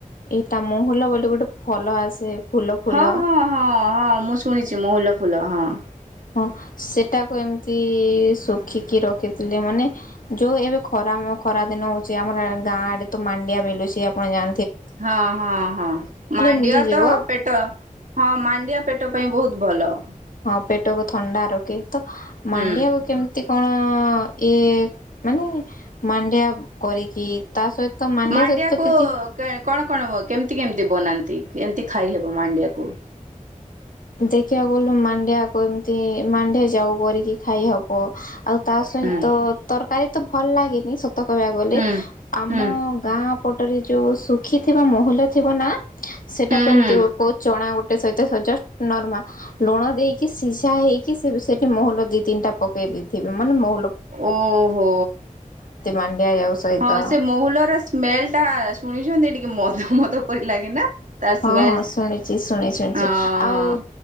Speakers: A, on the left; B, on the right.
A: ଏଇ ତା ମହୁଲ ବୋଲି ଗୋଟେ ଫଲ ଆସେ। ଫୁଲ ଫୁଲ
B: ହଁ, ହଁ, ହଁ ହଁ ମୁଁ ଶୁଣିଛି ମହୁଲ ଫୁଲ ହଁ। <unintelligible>
A: ହଁ ସେଟାକୁ ଏମତି ଶୁଖିକି ରଖିଥିଲେ। ମାନେ ଯୋଉ ଏବେ ଖରାମ ଖରା ଦିନ ହଉଚି ଆମର ଗାଁ ଆଡେ ତ ମାଣ୍ଡିଆ ମିଲୁଛି ଆପଣ ଯାଆ
B: ହଁ, ହଁ, ହଁ ମାଣ୍ଡିଆ
A: ମିଳିଯିବ
B: ତ ପେଟ ହଁ ମାଣ୍ଡିଆ ପେଟ ପାଇଁ ବୋହୁତ୍ ଭଲ।
A: ହଁ ପେଟ କ ଥଣ୍ଡା ରକେ। ତ
B: ହୁଁ।
A: ମାଣ୍ଡିଆକୁ କେମ ଏତେ କଣ ଇଏ ମାନେ ମାଣ୍ଡିଆ କରିକି। ତା ସହିତ ମାଣ୍ଡିଆ
B: ମାଣ୍ଡିଆକୁ
A: ସହିତ କିଛି
B: କଣ କଣ ବ-କେମିତି କେମିତି ବନାନ୍ତି କେମତି ଖାଇ ହେବ ମାଣ୍ଡିଆକୁ।
A: ଦେଖିବା ଗଲୁ ମାଣ୍ଡିଆକୁ ଏମିତି ମାଣ୍ଡିଆ ଯାଉ କରିକି ଖାଇହବ। ଆଉ ତା ସହିତ
B: ହୁଁ
A: ତରକାରୀ ତ ଭଲ ଲାଗେନି ସ ତ କହିବାକୁ ଗଲେ
B: ହୁଁ
A: ଆମ
B: ହୁଁ
A: ଗାଁ ପଟରେ ଯୋଉ ଶୁଖି ଥିବା ମହୁଲ ଥିବ ନା
B: ହୁଁ
A: କେମତି
B: ହୁଁ
A: ଗ-କ-ଚଣା ଗୋ ତା ସହିତ ସଜା ନରମା ଲୁଣ ଦେଇକି ସିସା ହେଇକି ସେ-ସେଠି ମହୁଲ ଦି ତିନିଟା ପକେଇ ଦେଇଥିବେ ମାନେ ମହୁ
B: ଓହୋ
A: ମାଣ୍ଡିଆ ଯାଉ ସହିତ।
B: ହଁ ସେ ମହୁଲର ସ୍ମେଲ ଟା ଶୁଣିଛନ୍ତି ଟି <unintelligible> ମଦ ମଦ ପରି ଲାଗେ ନା? ତା ସ୍ମେଲ
A: ହଁ ହଁ ଶୁଣିଚି ଶୁଣି ଶୁଣିଚି
B: ହଁ
A: ଆଉ ଉଁ,